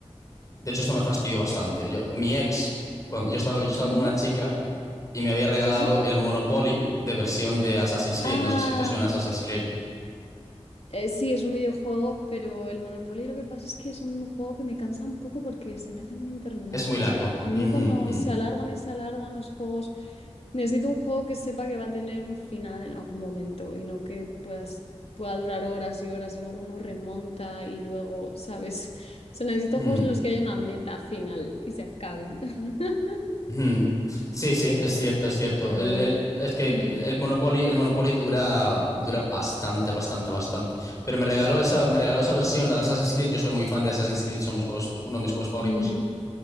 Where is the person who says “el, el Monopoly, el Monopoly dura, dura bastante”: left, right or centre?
Left